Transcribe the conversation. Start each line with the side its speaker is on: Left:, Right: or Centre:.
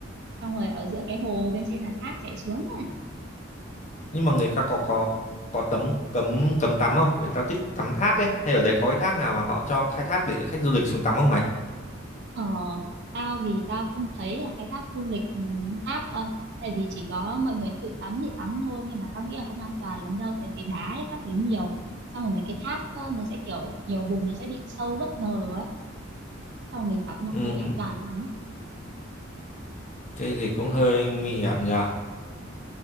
Right: xong rồi ở giữa cái hồ bên trên là thác chảy xuống
Left: nhưng mà người ta có có có tấm cấm cấm tắm không người ta thích tắm thác ấy hay ở đấy có cái thác nào mà họ cho khai thác để khách du lịch xuống tắm không mày
Right: Ờ, tao thì tao không thấy là cái thác du lịch ừ, thác đâu tại vì chỉ có mọi người tự tắm thì tắm thôi nhưng mà tao nghĩ là không an toàn lắm đâu tại vì đá ấy, các thứ nhiều xong rồi mấy cái thác ờ, nó sẽ kiểu nhiều vùng nó sẽ bị sâu bất ngờ ấy xong rồi mình tắm nó
Left: ừ,
Right: không được an toàn lắm
Left: thế thì cũng hơi nguy hiểm nhờ